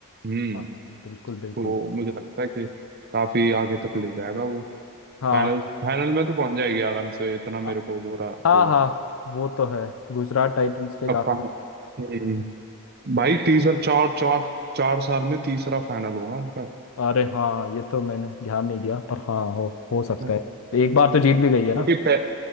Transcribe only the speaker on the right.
हम्म
तो
मुझे लगता है कि काफी आगे तक ले जाएगा वो
फाइनल
फाइनल में तो पहुंच जाएगी आराम से इतना मेरे
को बुरा
वो
है
अब
फाइनल हम्म भाई तीसरा चार चार चार साल में तीसरा फाइनल होगा उनका
हाँ।
क्योंकि पह,